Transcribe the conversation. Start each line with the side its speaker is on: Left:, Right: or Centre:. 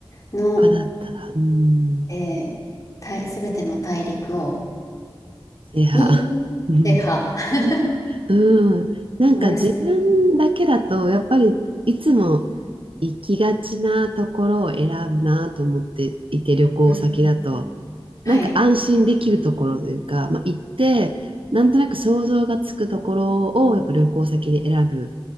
Left: の、
Right: 他だったら、うん、
Left: えー、た、すべての大陸を、
Right: 制覇。
Left: に、
Right: うん
Left: 制覇、<laughs>
Right: うん、なんか自分だけだとやっぱりいつも
Left: マルセイ
Right: 行きがちなところを選ぶなと思っていて旅行先だとなんか安心できるところというか、
Left: ユ。うん、はい。
Right: まあ、行ってなんとなく想像がつくところをやっぱ旅行先で選ぶん